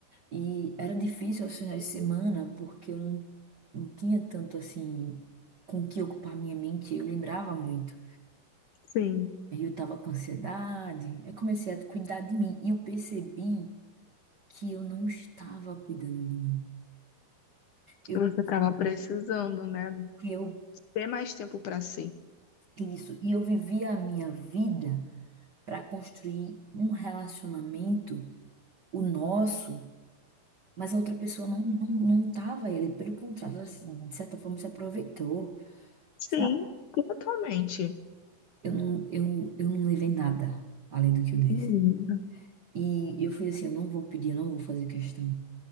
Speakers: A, on the right (about 85°); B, on the left (about 65°).
A: E era difícil aos finais de semana porque eu não, não tinha tanto assim com o que ocupar minha mente, eu lembrava muito.
B: sim.
A: Aí eu tava com ansiedade, aí comecei a cuidar de mim e eu percebi que eu não estava cuidando de mim. Eu,
B: Você tava precisando, né,
A: que eu,
B: ter mais tempo para si.
A: que isso, e eu vivia a minha vida. para construir um relacionamento, o nosso, mas a outra pessoa não não, não tava ele, pelo contrário, ela, se- de certa forma se aproveitou,
B: Sim,
A: sabe?
B: totalmente.
A: Eu não eu, eu não levei nada além do que eu disse.
B: Uhum.
A: E eu fui assim, eu não vou pedir, eu não vou fazer questão.